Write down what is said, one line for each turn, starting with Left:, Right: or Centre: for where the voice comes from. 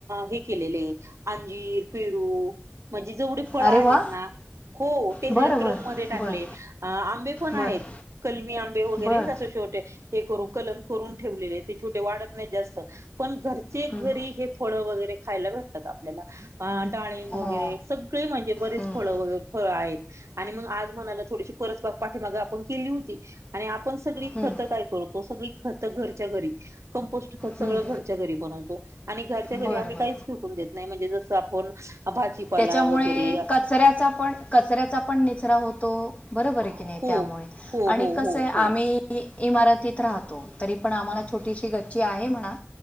Right: हे केलेले आहे अंजीर पेरू म्हणजे जेवढे फळ
Left: अरे
Right: आहेत
Left: वा
Right: ना हो ते
Left: बरं
Right: ट्रम
Left: बरं
Right: मध्ये टाकले
Left: बरं
Right: आंबे पण आहेत.
Left: बरं
Right: कलमी आंबे वगैरे
Left: बरं
Right: असे छोटे हे करून कलम करून ठेवलेले ते छोटे वाढत नाही जास्त पण घरचे
Left: हं.
Right: घरी हे फळं वगैरे खायला भेटतात आपल्याला डाळींब
Left: हो
Right: वगैरे सगळी म्हणजे बरेच
Left: हं,
Right: फळं वगैर फळ आहित आणि मग आज म्हणाला थोडीशी परस पाठीमाग आपण केली होती. आणि आपण सगळी
Left: हं,
Right: खतं काय करूतो सगळी खतं घरच्या घरी कंपोस्ट सगळं
Left: हं.
Right: घरच्या घरी बनवतो आणि घरच्या घरी
Left: बरं
Right: आम्ही
Left: बरं
Right: काहीच फेकून देत नाही म्हणजे जस आपण भाजीपाला
Left: त्याच्यामुळे
Right: वगैरे
Left: कचऱ्याचा पण कचऱ्याचा पण निचरा होतो बरोबर आहे
Right: हो
Left: की नाही त्यामुळे
Right: हो
Left: आणि
Right: हो
Left: कस
Right: हो
Left: आहे
Right: हो
Left: आम्ही इमारतीत राहतो तरी पण आम्हाला छोटीशी गच्ची आहे म्हणा.